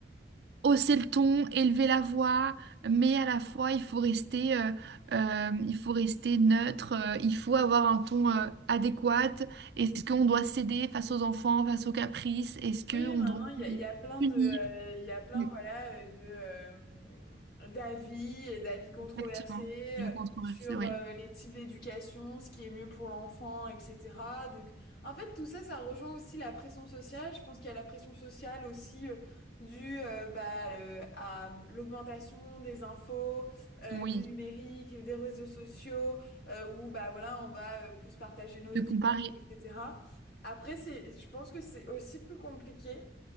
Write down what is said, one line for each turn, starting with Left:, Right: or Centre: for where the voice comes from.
Right: hausser le ton, élever la voix, mais à la fois il faut rester, euh, euh, il faut rester neutre, euh, il faut avoir un ton euh, adéquat. Est-ce qu'on doit céder face aux enfants, face aux caprices? Est-ce qu'on
Left: Oui, maintenant,
Right: doit
Left: il y a, il y a plein
Right: punir?
Left: de, euh, il y a plein,
Right: Oui,
Left: voilà, euh, de, euh, d'avis et d'avis controversés
Right: Exactement. Donc
Left: euh,
Right: controversé,
Left: sur
Right: oui.
Left: euh, les types d'éducation, ce qui est mieux pour l'enfant, etc. Donc, en fait, tout ça, ça rejoint aussi la pression sociale. Je pense qu'il y a la pression sociale aussi euh, due euh, bah, euh, à l'augmentation des infos, euh,
Right: Oui.
Left: du numérique, des réseaux sociaux, euh, où bah voilà, on va euh, plus partager nos vies,
Right: De comparer.
Left: etc. Après, c'est, je pense que c'est aussi plus compliqué